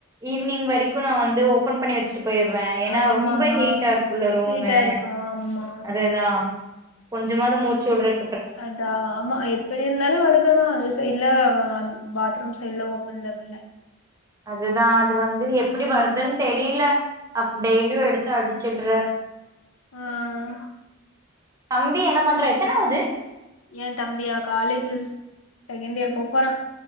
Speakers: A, on the right; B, on the left.
A: ஈவினிங் வரைக்கும் க்கு நா வந்து ஓபன் பண்ணி வச்சுட்டு போயிருவே ஏன்னா
B: ஆமாமா
A: ரொம்ப ஹீட்டா இருக்கும்ல ரூமு
B: ஸ்வீட்டா இருக்கு ஆமா
A: அதேதா கொஞ்சமாவது மூச்சு விடுறது
B: அதான் ஆமா எப்டி இருந்தாலும் வருதுதா அது சைட்ல பாத்ரூம் சைடுல ஓ நல்ல கில்ல
A: அதுதான் அது வந்து எப்படி
B: ம்
A: வருதுன்னு தெரியல அப்ப டெய்லியும் எடுத்து அடிச்சுடுறன்
B: ஹாங்
A: தம்பி என்ன பண்றா எத்தனாவுது
B: ஏன் தம்பியா காலேஜ் செகண் இயர் போ போறான்